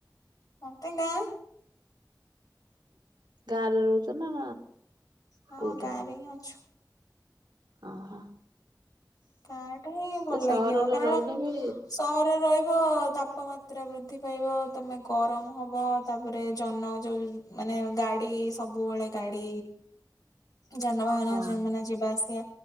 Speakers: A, on the left (about 50°); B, on the right (about 75°).
A: ମତେ ଗାଁ।
B: ଗାଁରେ ରହୁଛ ନା।
A: ହଁ
B: କୋଉଠି?
A: ଗାଁରେ ହିଁ ଅଛୁ।
B: ଅ ହ।
A: ଗାଁଟା ହିଁ ଭଲ
B: ସହରରେ
A: ଲାଗିବ। କାରଣ
B: ରହିଲେ ବି
A: ସହରରେ ରହି ବ ତାପମାତ୍ରା ବୃଦ୍ଧି ପାଇବ ତମେ ଗରମ ହବ। ତାପରେ ଜନ ଯୋଉ ମାନେ ଗାଡି ସବୁବେଳେ ଗାଡି ଯାନବାହାନ
B: ହଁ
A: ଯେଉଁ ମାନେ ଯିବା ଆସିବା।